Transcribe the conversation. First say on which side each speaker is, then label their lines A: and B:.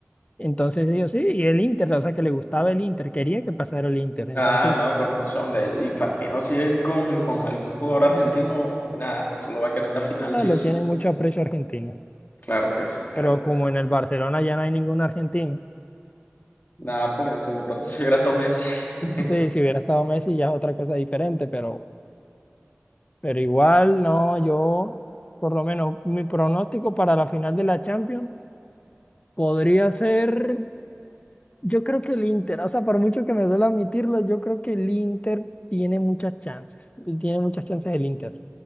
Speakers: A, on the left; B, on the left.
A: Entonces dijo, sí, y el Inter, o sea que le gustaba el Inter, quería que pasara el Inter, entonces
B: Ah, no, con razón. De Infantino si es con, con algún jugador argentino, nada, se lo va a querer en la final
A: ah,
B: sí
A: le
B: o sí.
A: tiene mucho aprecio a Argentina,
B: Claro que sí, claro
A: pero
B: que
A: como
B: sí.
A: en el Barcelona ya no hay ningún argentino.
B: Nada, por eso de pronto <laughs> se hubiera Messi. <laughs>
A: Sí, si hubiera estado Messi ya es otra cosa diferente, pero Pero igual, no, yo, por lo menos, mi pronóstico para la final de la Champions podría ser, yo creo que el Inter, o sea, por mucho que me duele admitirlo, yo creo que el Inter tiene muchas chances, y tiene muchas chances el Inter.